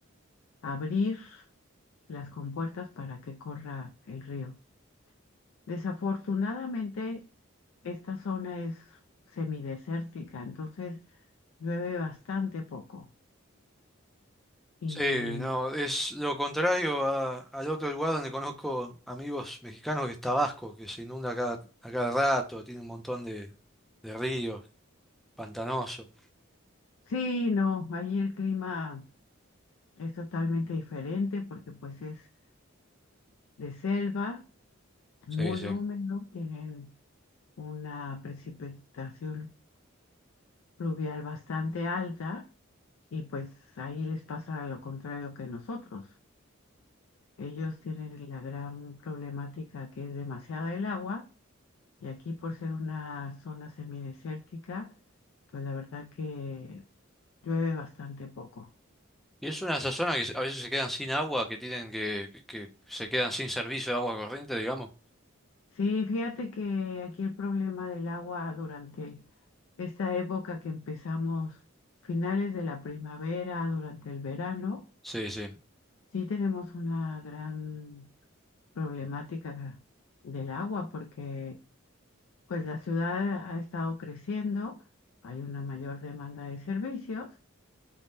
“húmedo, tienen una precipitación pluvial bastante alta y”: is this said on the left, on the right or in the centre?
Left